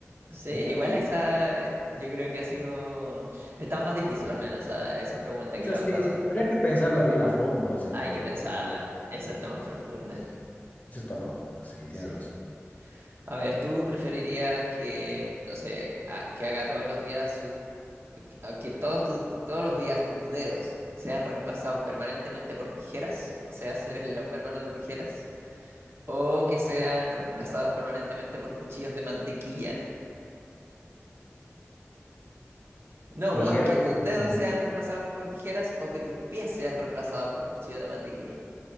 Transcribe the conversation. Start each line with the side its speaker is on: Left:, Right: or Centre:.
Right: Sí,
Left: Mentalmente,
Right: igual esa, eh, yo creo que ha sido, estaba más difícil al menos esa, esa pregunta
Left: es
Right: que las
Left: así,
Right: otras dos.
Left: sí, habría que pensarla bien a fondo, así
Right: Hay
Left: de,
Right: que pensarla, esa está más profunda.
Left: eso está profundo, sí, tienes
Right: Sí.
Left: razón.
Right: A ver, ¿tú preferirías que, no sé, a- que haga todos los días sus, que a- que todos tus- todos los días tus dedos sean reemplazados permanentemente por tijeras? O sea, ser el hombre hermano de tijeras. ¿O que sean reemplazados permanentemente por cuchillos de mantequilla? No,
Left: Tijera.
Right: perdón, que tus dedos
Left: ujú.
Right: sean reemplazados por tijeras o que tus pies sean reemplazados por cuchillos de mantequilla.